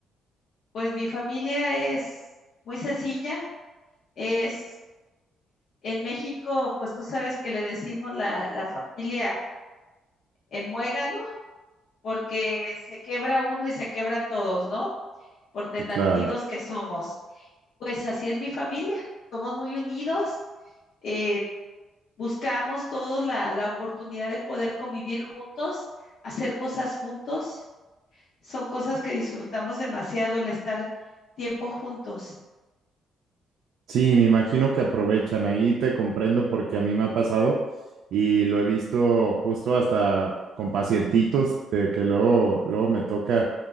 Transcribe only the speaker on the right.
Sí,
claro.
Sí, me imagino que aprovechan. Ahí te comprendo porque a mí me ha pasado y lo he visto justo hasta con pacientitos de que luego, luego me toca